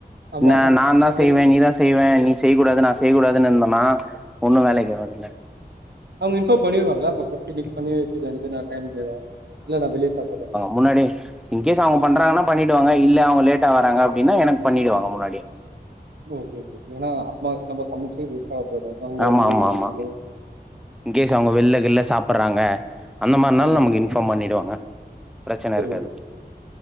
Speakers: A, on the right (about 75°); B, in the centre.
A: ஆமா
B: ம்ச் நா தா
A: வெள்-
B: செய்வே நீதா செய்வேன் நீ செய்கூடாது நா செய்கூடாது இருந்தேன்னா ம்ச் ஒன்னு வேலைக்ககாதுல
A: அவங்க இன்பார்ம் பன்னிருவங்களா ப க <unintelligible> பண்ணிச்ச டைம்ல இல்ல ந வெளிய சாப்பேறா
B: முன்னாடி இன்கேஸ் அவங்க பண்றாங்கன்னா பண்ணிடுவாங்க இல்ல அவங்க லேடா வராங்க அப்டின்னா எனக்கு பண்ணிடுவாங்க முன்னாடி
A: ஓகே ஓகே ஏனா அப்ப நம்ம சமைச்சி வேஸ்ட ஆகு இல்ல
B: ஆமா
A: வெளிய
B: ஆமா
A: சாப்டலோ
B: ஆமா இன்கேஸ் அவங்க வெளில கிள்ள சாப்படறாங்க அந்த மாரினால
A: ஆமா
B: நமக்கு இன்ஃபாம் பண்ணிவிடுவாங்க பிரச்சன
A: புரியுது
B: இருக்காது